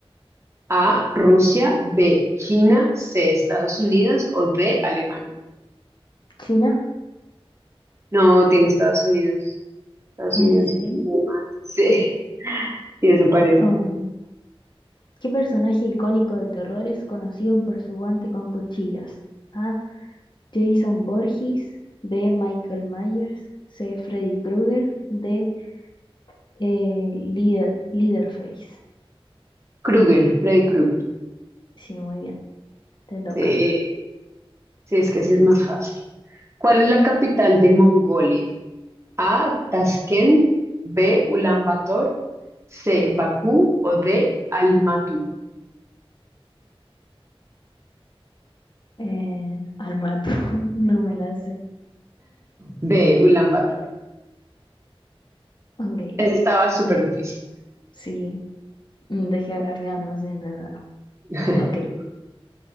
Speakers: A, on the right; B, on the left.
A: A, Rusia, B, China, C, Estados Unidos o D, Alemania.
B: ¿China?
A: No, tiene Estados Unidos. Estados
B: ¿En
A: Unidos
B: serio?
A: tiene más. <laughs> Sí, y eso parece.
B: Oh, ¿Qué personaje icónico de terror es conocido por su guante con cuchillas? A. Jason Voorhees. B. Michael Myers. C. Freddy Krueger. D. Eh, Leader, Leaderface.
A: Kruger, Freddy Krueger.
B: Sí, muy bien. Te toca.
A: Sí, sí, es que así es más fácil. ¿Cuál es la capital de Mongolia? A. Tashkent. B. Ulaanbaatar. C. Bakú. O D. Almatú.
B: Eh, al mato. <laughs> No me la sé.
A: B. Ulaanbaatar.
B: Ok.
A: Ese estaba súper difícil.
B: Sí. mm, De geografía no sé nada.
A: <laughs>
B: Ok.